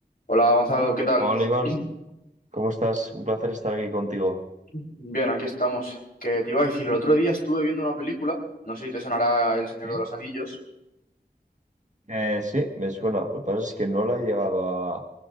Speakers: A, on the left; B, on the right.
A: Hola Gonzalo, ¿qué tal?
B: Hola Iván,
A: <clears throat>
B: ¿cómo estás? Un placer estar aquí contigo.
A: Bien, aquí estamos. Que te iba a decir, el otro día estuve viendo una película, no sé si te sonará El Señor
B: ¿Eh?
A: de los Anillos.
B: Eh, sí, me suena. Lo que pasa es que no la he llegado a,